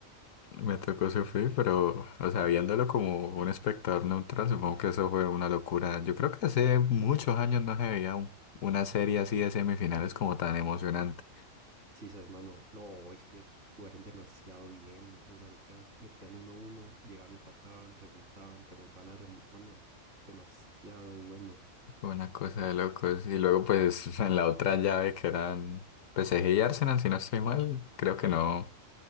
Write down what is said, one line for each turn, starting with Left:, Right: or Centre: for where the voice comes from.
Left: me tocó sufrir, pero, o sea, viéndolo como un espectador neutral, supongo que eso fue una locura. Yo creo que hace muchos años no se veía un- una serie así de semifinales como tan emocionante.
Right: Sisas, mano. No, es que es- jugaron demasiado bien. Esos maricas metían 1 uno llegaban, empataban, remontaban, remontaban a remo- Mano, demasiado bueno.
Left: Fue una cosa de locos. Y luego, pues, <laughs> en la otra llave que eran PSG y Arsenal, si no estoy mal, creo que no,